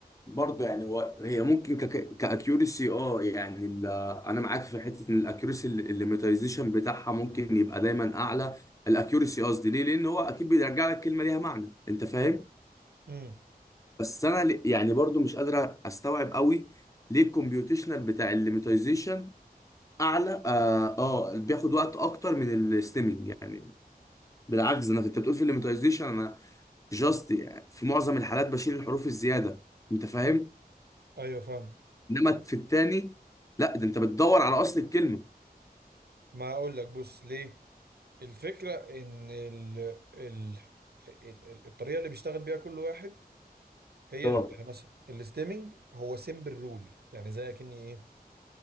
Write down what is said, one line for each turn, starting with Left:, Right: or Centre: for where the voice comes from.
Left: برضه يعني هو هي ممكن كك- كاكيورسي اه يعني ال- انا معاك في حته ان الاكيورسي ال- الليميتايزيشن بتاعها ممكن يبقى دايما اعلى الاكيورسي قصدي ليه لان هو اكيد بيرجع لك كلمه ليها معنى انت فاهم
Right: امم
Left: بس انا ل- يعني برضه مش قادر استوعب قوي ليه الكمبيوتيشنال بتاع الليميتايزيشن اعلى اه, آه بياخد وقت اكتر من الستيمنج يعني بالعكس انا في- انت بتقول في الليميتايزيشن انا جاست يعني في معظم الحالات بشيل الحروف الزياده انت فاهم
Right: ايوه فاهم
Left: انما في التاني لا ده انت بتدور على اصل الكلمه
Right: ما اقول لك بص ليه الفكره ان ال... ال... ال... ال- الطريقه اللي بيشتغل بيها كل واحد هي
Left: اه
Right: اللي يعني مثلا الاستيمنج هو سيمبل رول يعني زي اكني ايه